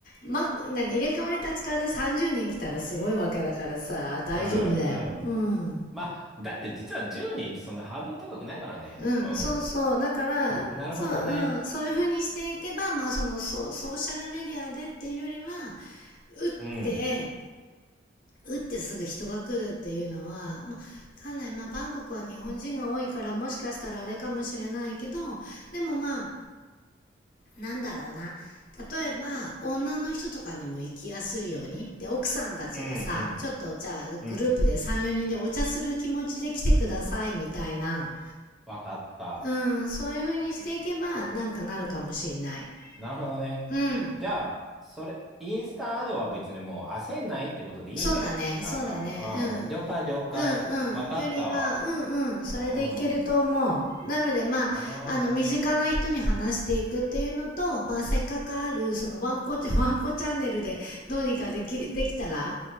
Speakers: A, on the left; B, in the centre.
A: ま、何、入れ替わり立ち替わりで30人来たらすごいわけだからさ、
B: <laughs>
A: 大丈夫だよ。
B: うんうん。
A: うん。
B: まあ、だって実は10人ってそんなハードル高くないからね。
A: うんそうそうだからそう,、
B: うん。なるほどね。
A: うん、そういう風にしていけば、まあ、そのそうソーシャルメディアでっていうよりは打って
B: うん。
A: 打ってすぐ人が来るっていうのは、まあ、わかんない、まあ、バンコクは日本人が多いからもしかしたらあれかもしれないけどでもまあなんだろうな例えば女の人とかにも行きやすいようにで奥さんたちがさちょっとじゃあグループで34人でお茶する気持ちで来てくださいみたいな
B: うんうん。うん。わかった。
A: うん、そういう風にしていけば、なんかなるかもしれない。
B: なるほどね。
A: うん。
B: じゃあ、それ、インスタアドは別にもう焦んないってことでいいね。
A: そうだね、
B: なんか、
A: そうだね、うん。
B: うん。了解了解。
A: うんうん。
B: わかったわ。
A: よりは、うんうん。それでいけると思う。
B: うんうん。
A: なので、まあ、
B: なるほどね。
A: あの、身近な人に話していくっていうのと、まあ、せっかくある、その、ワンコ、<laughs> ワンコチャンネルでどうにかできる、できたら、